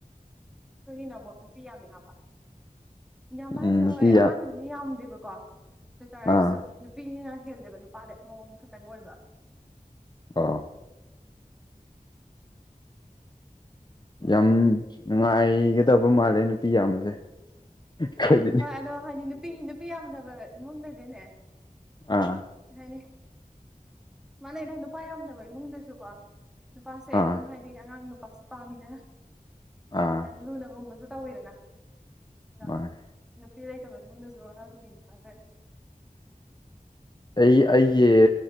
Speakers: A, in the centre; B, on the left (about 30°).
A: ꯑꯩꯈꯣꯏꯒꯤꯅ ꯑꯃꯨꯛ ꯅꯨꯄꯤ ꯌꯥꯝ ꯌꯥꯝꯕ
B: ꯎꯝ
A: ꯍꯥꯏꯁꯦ
B: ꯅꯨꯄꯤ
A: ꯍꯣꯏ ꯑꯉꯥꯡ
B: ꯑꯥ
A: <inaudible> ꯃꯤ ꯌꯥꯝꯗꯦꯕꯀꯣ ꯑꯗꯨꯇꯥꯔꯁꯨ
B: ꯑꯣ
A: ꯅꯨꯄꯤꯅ ꯍꯦꯜꯂꯦꯕ ꯅꯨꯄꯥꯗꯩ ꯃꯧ ꯑꯃ ꯈꯛꯇꯪ ꯑꯣꯏꯕ
B: ꯑꯥ ꯌꯥꯝ ꯅꯨꯡꯉꯥꯏꯒꯗꯕ ꯃꯥꯜꯂꯦ ꯅꯨꯄꯤ ꯌꯥꯝꯕꯁꯦ <unintelligible>
A: ꯍꯣꯏ ꯑꯗꯣ ꯍꯥꯏꯗꯤ ꯅꯨꯄꯤ ꯅꯨꯄꯤ ꯌꯥꯝꯗꯕ ꯏꯃꯨꯡꯗꯗꯤꯅꯦ ꯑꯗꯨꯝ
B: ꯑꯥ
A: ꯀꯩ ꯍꯥꯏꯅꯤ ꯃꯥꯟꯅꯩꯗ ꯅꯨꯄꯥ ꯌꯥꯝꯗꯕ ꯏꯃꯨꯡꯗꯁꯨ ꯀꯣ ꯅꯨꯄꯥꯁꯦ
B: ꯑꯥ
A: ꯑꯗꯨꯝ ꯍꯥꯏꯗꯤ ꯑꯉꯥꯡ ꯅꯨꯄꯥ ꯄꯥꯝꯃꯤꯗꯅ ꯁꯨꯃꯥꯏꯅ
B: ꯑꯥ
A: ꯂꯨꯅꯒꯨꯝꯕꯁꯨ ꯇꯧꯋꯤꯗꯅ ꯑꯗ
B: ꯃꯥꯅꯦ
A: ꯅꯨꯄꯤ ꯂꯩꯇꯕ ꯏꯃꯨꯡ ꯗꯁꯨ ꯑꯉꯥꯡ ꯅꯨꯄꯤꯃꯆꯥꯁꯦ <inaudible>
B: ꯑꯩ ꯑꯩꯒꯤ